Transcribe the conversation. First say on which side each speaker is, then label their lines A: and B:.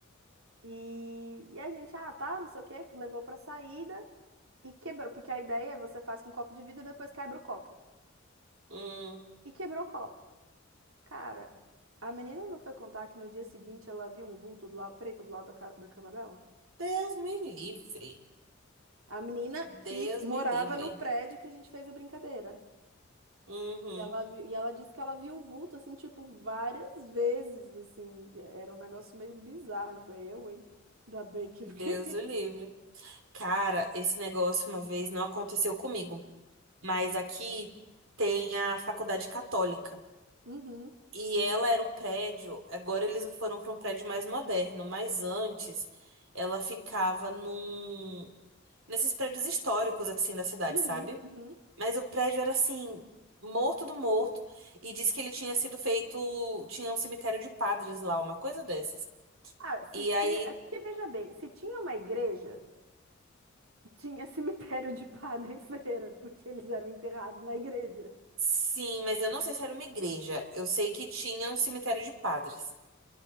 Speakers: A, on the right; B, on the right.
A: E, e a gente, ah, tá, não sei o quê, levou pra saída e quebrou, porque a ideia é você faz com um copo de vidro e depois quebra o copo.
B: Hum,
A: E quebrou o copo. Cara, a menina não foi contar que no dia seguinte ela viu um vulto do lado, preto do lado da, ca- da cama dela?
B: Deus me livre.
A: A menina
B: Deus
A: que morava
B: me livre.
A: no prédio que a gente fez a brincadeira.
B: Uhum.
A: E ela, vi- e ela disse que ela viu o vulto, assim, tipo, várias vezes, assim. Era um negócio meio bizarro. Eu falei, eu, hein? Ainda bem que eu
B: Deus
A: fiquei. <laughs>
B: o livre. Cara, esse negócio uma vez não aconteceu comigo, mas aqui tem a faculdade católica.
A: Uhum,
B: E ela era um prédio, agora eles foram para um prédio mais moderno, mas antes ela ficava num nesses prédios históricos assim da cidade,
A: uhum,
B: sabe?
A: uhum.
B: Mas o prédio era assim, morto do morto. E diz que ele tinha sido feito. Tinha um cemitério de padres lá, uma coisa dessas.
A: Ah,
B: E
A: se tinha.
B: aí.
A: É porque, veja bem, se tinha uma igreja, tinha <laughs> cemitério de padre e freira, porque eles eram enterrados na igreja.
B: Sim, mas eu não sei se era uma igreja. Eu sei que tinha um cemitério de padres.